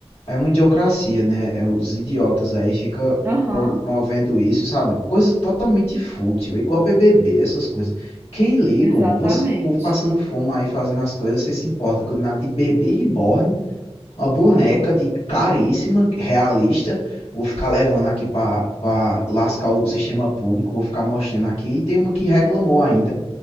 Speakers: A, on the left; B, on the right.
A: é uma idiocracia, né? É os idiotas aí fica
B: Aham,
A: pro- promovendo isso, sabe? Coisa totalmente fútil, é igual BBB, essas coisas. Quem liga,
B: exatamente.
A: mano? Você, povo passando fome aí fazendo as coisas, você se importa com nada de bebê reborn, uma boneca
B: Ah, não.
A: de caríssima, realista. Vou ficar levando aqui pra, pra lascar o sistema público, vou ficar mostrando aqui. E tem uma que reclamou ainda,